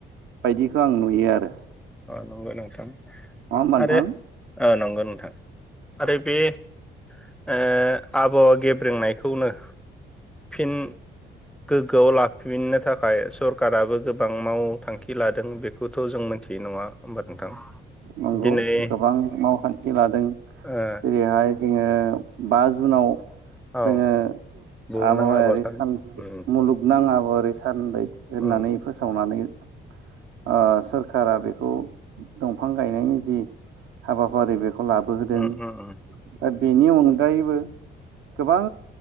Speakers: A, on the right; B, in the centre.
A: बायदिखौ आं नुयो आरो।
B: अ नंगौ नोंथां
A: नङा होमबा नोंथां
B: आरो ओ नंगौ नोंथां। आरो बे ओ आबहावा गेब्रेंनायखौनो फिन गोग्गोआव लाफिननो थाखाय सरकाराबो गोबां मावथांखि लादों बेखौ बेथ' जों मोनथियो नङा होमबा नोंथां।
A: नांगौ
B: दिनै
A: गोबां मावथांखि लादों
B: ओ
A: जेरैहाय जोङो बा जुनाव
B: औ
A: जोङो
B: बुहुमनां
A: आबहावायारि
B: आबाद
A: सान
B: उम
A: मुलुग नाङाबो ओरै सानबाय होननानै
B: उम
A: फोसावनानै ओ सोरखारा बेख खौ दंफां गायनायनि जि हाबाफारि बेखौ लाबोहोदों
B: उम उम
A: दा बेनि अनगायैबो गोबां